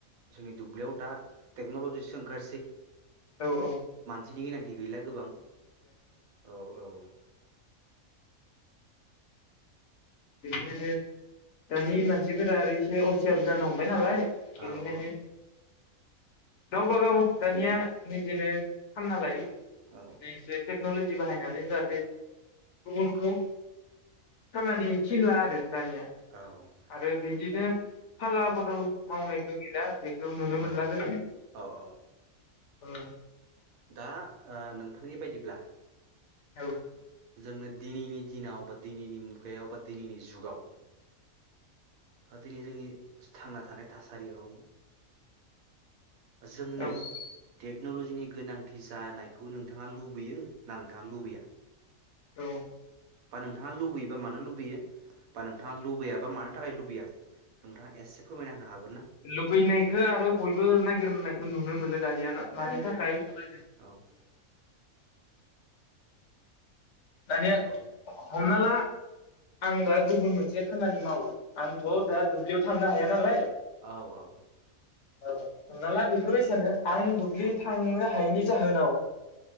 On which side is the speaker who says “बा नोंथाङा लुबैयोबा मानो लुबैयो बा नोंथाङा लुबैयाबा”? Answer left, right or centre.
Right